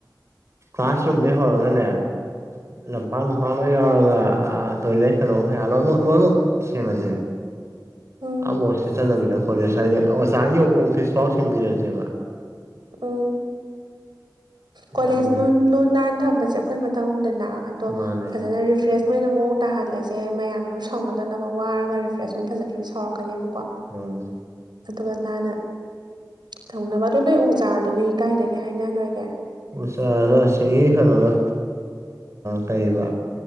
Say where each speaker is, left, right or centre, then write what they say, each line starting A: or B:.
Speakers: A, on the right; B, on the right.
A: ꯀ꯭ꯂꯥꯁ ꯔꯨꯝꯃꯦ ꯍꯧꯔꯒꯅꯦ ꯂꯄꯥꯥꯡ ꯌꯥꯎ ꯂ ꯂꯩꯗꯂ ꯋꯥꯣꯏ ꯑꯃ ꯁꯦꯝꯃꯁꯦ
B: ꯎꯝ
A: ꯑꯃꯐꯛꯁꯤ ꯆꯠꯂꯕꯤꯗ ꯀꯣꯂꯦꯖ ꯍꯥꯏꯗꯤ ꯑꯣꯖꯥ ꯌ ꯑꯣꯐꯤꯁ ꯐꯥꯎ ꯁꯦꯡꯕꯤꯔꯁꯦꯕ
B: ꯎꯝ ꯀꯣꯂꯦꯖ
A: ꯑꯃꯨꯛ
B: ꯂꯨ ꯂꯨ ꯅꯥꯟꯅ ꯊꯝꯕꯁꯦ ꯦ ꯑꯩꯈꯣꯏ ꯃꯊꯪꯗꯅ ꯑꯗꯣ
A: ꯃꯥꯅꯦ
B: ꯐꯖꯅ ꯔꯤꯐ꯭ꯔꯦꯁ ꯃꯣꯏꯅ ꯃꯑꯣꯡ ꯇꯥꯍꯜꯂꯁꯦ ꯃꯌꯥꯝꯅꯁꯨ ꯁꯥꯎꯅꯗꯅꯕ ꯋꯥꯔꯒ ꯔꯤꯐ꯭ꯔꯦꯁꯃꯦꯟ ꯐꯖꯗ꯭ꯔꯗꯤ ꯁꯥꯎꯔꯛꯀꯅꯦꯕꯀꯣ
A: ꯎꯝ
B: ꯑꯗꯨꯒ ꯅꯥꯅ ꯊꯧꯅꯕꯗꯣ ꯅꯣꯏ ꯎ ꯆꯥꯔꯗꯨꯗꯤ ꯀꯥꯏꯗꯒꯤ ꯍꯥꯏꯅꯈ꯭ꯔꯒꯦ
A: ꯎ ꯑꯁꯤꯒꯤꯒꯤ ꯀꯩꯅꯣꯗ ꯀꯩꯕ